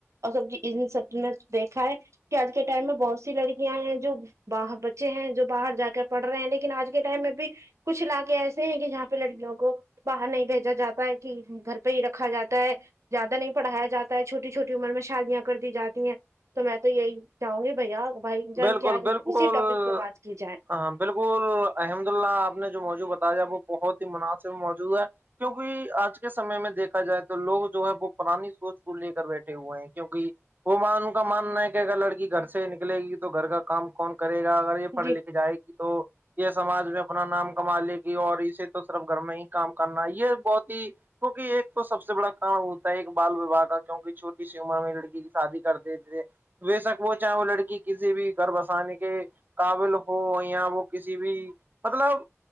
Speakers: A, on the right; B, on the right.
A: اور سب ان سب میں دیکھا ہے کہ آج کے ٹائم میں بہت سی لڑکیاں ہیں جو باہر بچے ہیں جو باہر جا کر پڑ رہے ہیں لیک آج کے ٹائم میں بھی کچھ علاقے ایسے ہیں کہ جہاں پہ لڑکیوں کو باہر نہیں بھیجا جاتا ہے کہ گھر پہ ہی رکھا جاتا ہے زیادہ نہیں پڑھایا جاتا ہے چھوٹی چھوٹی عمر میں شادیاں کر دی جاتی ہیں تو میں تو یہی چاہوں گی بھیا بھائی جان
B: بالکل
A: کی آج
B: بالکل
A: اسی ٹاپک پہ بات کی جائے
B: ہاں بالکل الحمد اللہ آپ نے جو موجوع بتایا وہ بہت ہی مناسب موجود ہے کیونکہ آج کے سمے میں دیکھا جائے تو لوگ جو ہے وہ پرانی سوچ کو لے کر بیٹھے ہوئے ہیں کیونک وہ ان کا ماننا ہے کہ اگر لڑکی گھر سے نکلے گی تو گھر کا کام کون کرے گا اگر یہ پڑھے
A: جی
B: لکھے جائے گی تو یہ سمج میں اپنا نام کما لے گی اور اسے تو صرف گھر میں ہی کام کرنا یہ بہت ہی کیونکہ ایک تو سب سے بڑا کام ہوتا ہے ایک بال وواہ کا کیوںکہ چھٹی سی عمر میں لڑکی کی شادی کرتےتے تھے وی سک وہ چاہو لڑکی کسی بھی گربسانی کے قابل ہو یا وہ کسی بھی مطلب